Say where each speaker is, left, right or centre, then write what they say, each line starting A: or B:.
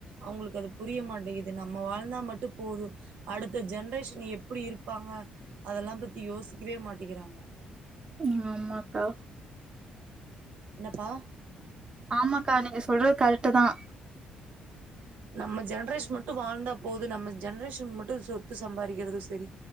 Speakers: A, on the right; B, on the right.
A: அவங்களுக்கு அது புரிய மாட்டேகுது நம்ம வாழ்ந்தா மட்டு போதும் அடுத்த ஜெனரேஷன் எப்டி இருப் ப்பாங்க அதெல்லா பத்தி யோசிக்கவே மாட்டிக்கிறாங்க
B: ம் ஆமாக்கா
A: என்னப்பா
B: ஆமாக்கா நீங்க சொல்றது கரட்டு தான்
A: நம்ம ஜென்ரேஷ் மட்டு வாழ்ந்தா ப் போது நம்ம ஜென்ரேஷன் மட்டு சொத்து சம்பாரிக்கிறது சரி